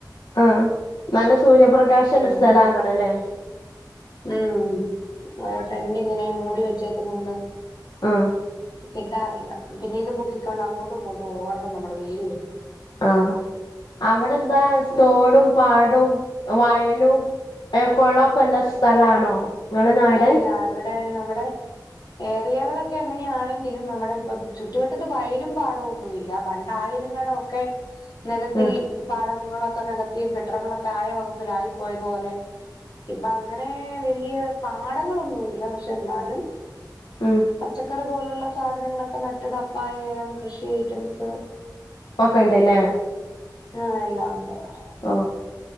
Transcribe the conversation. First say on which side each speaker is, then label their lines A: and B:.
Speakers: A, on the left (about 80°); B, on the left (about 65°).
A: ആഹ്, നല്ല സൂര്യപ്രകാശല്ലെ
B: ഉം
A: സ്ഥല ആകണ ലേ
B: ഉം, <unintelligible> ഫ്രണ്ട് ഇങ്ങനെ മൂടി വെച്ചേക്കുന്ന കൊണ്ട്
A: ആഹ്
B: കിട്ടാറ്ല്ല. പിന്നെ ഇതും പൊക്കിക്കൊണ്ട് അങ്ങോട്ടും ഇങ്ങോട്ടും ഓടണം നമ്മടെ വെയില് വരുമ്പോ
A: ആഹ്, അവിടെന്താ? തോടും പാടും വയലും ഏ കൊളക്കല്ല സ്ഥലാണോ നിങ്ങളെ നാട്
B: നാല്ല. ഇവടെ നമ്മ്ടെ ഏറിയകളൊക്കെ അങ്ങനെയാണെങ്കിലും നമ്മുടെ ഇപ്പം ചുറ്റുവട്ടത്ത് വയലും പാടൊന്നുല്ല പണ്ടായിരുന്നിടൊക്കെ നികത്തി
A: ഉം
B: പാഠങ്ങളൊ ക്കെ നെകത്തി. കെട്ടടങ്ങളൊക്കെ ആയ വകുപ്പിലായിപ്പോയതുപോലെ ഇപ്പ അങ്ങനെ വലിയ പാടങ്ങളൊന്നുല്ല. പക്ഷെ ന്നാലും
A: ഉം
B: പച്ചക്കറി പോലുള്ള സാധനങ്ങളൊക്കെ ന ട്ട കപ്പ, ഏലം,, കൃഷി ഐറ്റംസ്
A: ഒക്കെ ഇണ്ട്. ല്ലേ
B: ആഹ്, എല്ലാം ഉണ്ട് അവ്ടെ
A: ഓ!